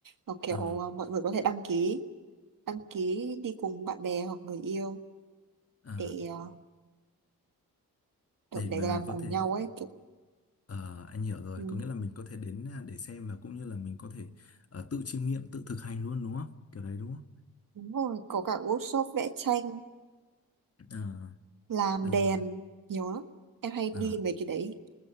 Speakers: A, on the right; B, on the left.
A: nó kiểu
B: ờ
A: ờ, mọi người có thể đăng ký đăng ký đi cùng bạn bè hoặc người yêu
B: ờ
A: để ờ, kiểu
B: để
A: để
B: mà
A: làm
B: có
A: cùng
B: thể
A: nhau ấy kiểu,
B: ờ anh hiểu rồi
A: ừ.
B: có nghĩa là mình có thể đến à, để xem và cũng như là mình có thể ờ, tự chiêm nghiệm tự thực hành luôn đúng không kiểu đấy đúng không
A: Đúng rồi, có cả workshop vẽ tranh,
B: ờ
A: làm
B: được
A: đèn,
B: rồi
A: nhiều lắm. Em hay
B: Ờ,
A: đi mấy cái đấy.